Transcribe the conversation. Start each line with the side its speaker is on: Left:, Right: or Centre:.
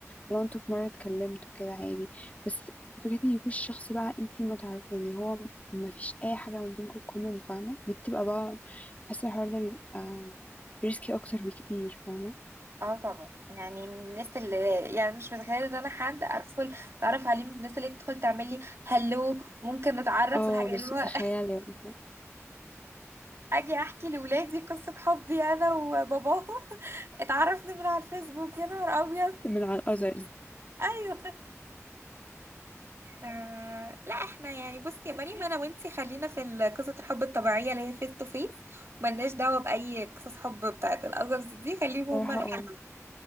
Left: لو انتوا في مرة اتكلمتوا كده عادي بس فكرة ان يكون الشخص بقى انت ما تعرف يعني هو ما فيش اي حاجة ما بينكم كومن فاهمة دي بتبقى بقى بحس الحوار ده بيبقى ريسكي اكتر بكتير فاهمة
Right: اه طبعا يعني من الناس اللي يعني مش متخيله ان انا حد ادخل اتعرف عليه من الناس اللي تدخل تعمل لي هلو ممكن نتعرف
Left: اه
Right: والحاجه
Left: بالظبط
Right: اللي هو
Left: تخيلي بقى
Right: اجي احكي لولادي قصة حبي انا وباباهم <laughs> اتعرفنا من على الفيسبوك يا نهار ابيض
Left: من على الاذرز
Right: <laughs> ايوه آه، لا احنا يعني بصي يا مريم انا وانتي خلينا في ال- قصة الحب الطبيعية اللي هي فيس تو فيس وملناش دعوة بأي قصص حب بتاعت الأذرز دي خليهم
Left: صراحة
Right: هما الحل
Left: اه